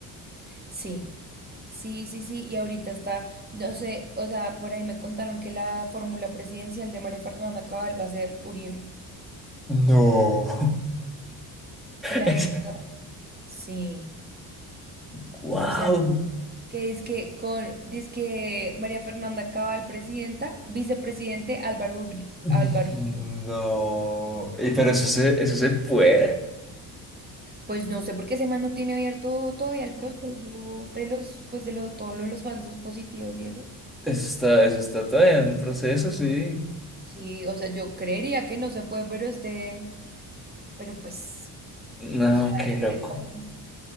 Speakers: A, on the right; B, in the centre.
A: Sí, sí, sí, sí. Y ahorita está, no sé, o sea, por ahí me contaron que la fórmula presidencial de María Fernanda Cabal va a ser Uribe.
B: No.
A: Que la
B: <laughs> Es-
A: habían. Sí.
B: ¡Guau!
A: O sea, que dizque con dizque María Fernanda Cabal, presidenta, vicepresidente Álvaro Ubri-
B: No.
A: Álvaro Uribe.
B: Y, pero eso se, eso se puede.
A: Pues no sé por qué ese man no tiene abierto todavía el proceso de los, pues de lo, todo lo de los falsos positivos y eso.
B: Eso está, eso está todavía en proceso, sí.
A: Sí, o sea, yo creería que no se puede, pero este, pero pues,
B: No,
A: o sea,
B: qué
A: este
B: loco.
A: país-